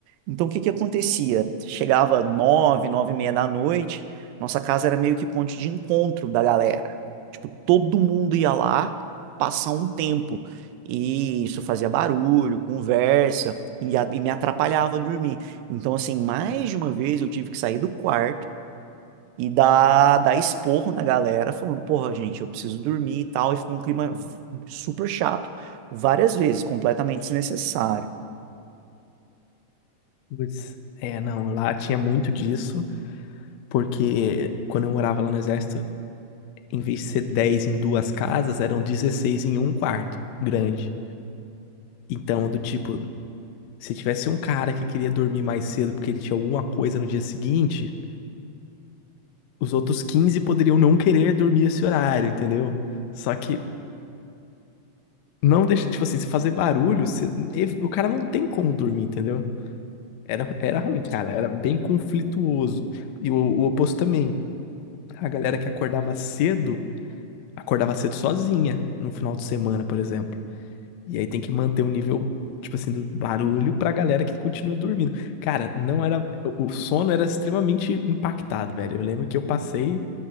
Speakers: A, on the right (about 85°); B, on the left (about 80°).
A: Então, o que que acontecia? Chegava nove, nove e meia da noite, nossa casa era meio que ponte de encontro da galera. Tipo, todo mundo ia lá passar um tempo. E isso fazia barulho, conversa, e, a- e me atrapalhava dormir. Então, assim, mais de uma vez eu tive que sair do quarto e dá, dá esporro na galera, falando, porra, gente, eu preciso dormir e tal, e ficou um clima v- super chato, várias vezes, completamente desnecessário.
B: Putz. É, não, lá tinha muito disso, porque quando eu morava lá no exército, em vez de ser 10 em duas casas, eram 16 em um quarto grande. Então, do tipo, se tivesse um cara que queria dormir mais cedo porque ele tinha alguma coisa no dia seguinte, os outros 15 poderiam não querer dormir esse horário, entendeu? Só que não deixa, tipo assim, se fazer barulho, você- o cara não tem como dormir, entendeu? Era, era ruim, cara. Era bem conflituoso. E o, o oposto também. A galera que acordava cedo, acordava cedo sozinha no final de semana, por exemplo. E aí tem que manter o nível, tipo assim, do barulho pra galera que continua dormindo. Cara, não era. O o sono era extremamente impactado, velho. Eu lembro que eu passei